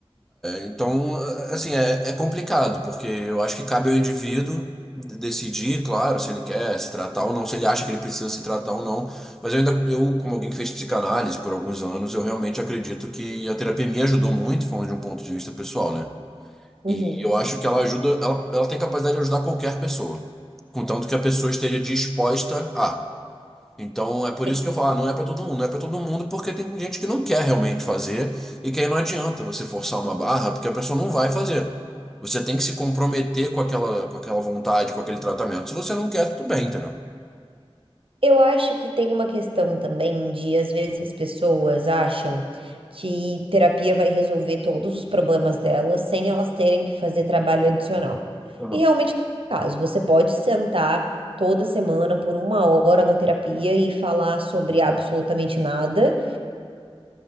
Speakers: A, in the centre; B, on the right.
A: Então, assim, é, é complicado, porque eu acho que cabe ao indivíduo de- decidir, claro, se ele quer se tratar ou não, se ele acha que ele precisa se tratar ou não. Mas eu ainda, eu, como alguém que fez psicanálise por alguns anos, eu realmente acredito que a terapia me ajudou muito, falando de um ponto de vista pessoal, né?
B: Uhum.
A: E eu acho que ela ajuda, ela, ela tem capacidade de ajudar qualquer pessoa, contanto que a pessoa esteja disposta a. Então é por
B: Sim.
A: isso que eu falo, ah, não é para todo mundo, não é para todo mundo porque tem gente que não quer realmente fazer e que aí não adianta você forçar uma barra porque a pessoa não vai fazer. Você tem que se comprometer com aquela, com aquela vontade, com aquele tratamento. Se você não quer, tudo bem, entendeu?
B: Eu acho que tem uma questão também de, às vezes, as pessoas acham que terapia vai resolver todos os problemas delas sem elas terem que fazer trabalho adicional.
A: Aham.
B: E realmente não é o caso. Você pode sentar toda semana por uma hora na terapia e falar sobre absolutamente nada